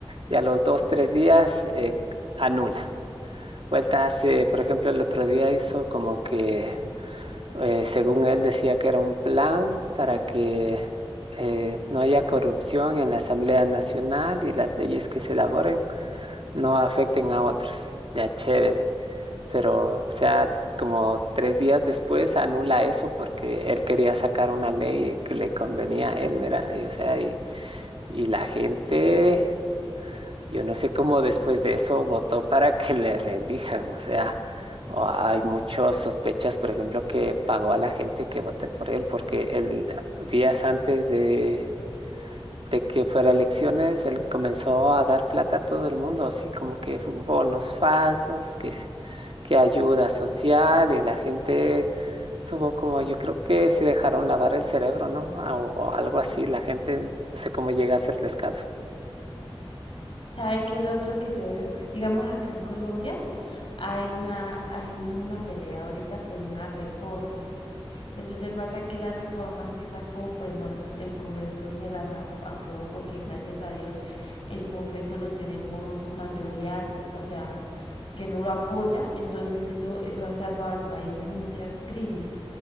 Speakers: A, on the right; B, on the left.
A: y a los dos, tres días eh, anula. Vuelta hace, por ejemplo, el otro día hizo como que, eh, según él decía que era un plan para que eh, no haya corrupción en la Asamblea Nacional y las leyes que se elaboren no afecten a otros. Ya chévere. Pero, o sea, como tres días después anula eso porque él quería sacar una ley que le convenía a él, mira, y, o sea, y, y la gente... Yo no sé cómo después de eso votó para que le reelijan. O sea, o- hay muchas sospechas, por ejemplo, que pagó a la gente que vote por él, porque el días antes de, de que fuera elecciones, él comenzó a dar plata a todo el mundo, así como que fu- bonos falsos, que, que ayuda social, y la gente estuvo como, yo creo que se dejaron lavar el cerebro, ¿no? A- o algo así, la gente, no sé cómo llega a hacerles caso.
B: sabe que el otro que yo veo, digamos acá en Colombia. hay una, hay una pelea ahorita por una reforma. Resulta y pasa que las reformas que sacó, pues no, el Congreso no se las a- aprobó porque gracias a Dios el Congreso lo tenemos mayoría, o sea, que no lo apoya, entonces eso, eso ha salvado al país de muchas crisis.